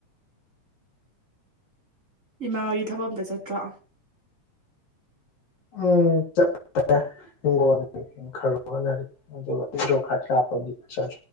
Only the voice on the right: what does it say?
ꯏꯃꯥ ꯍꯒꯤ ꯊꯕ ꯑꯝꯇ ꯆꯠꯇ꯭ꯔꯥ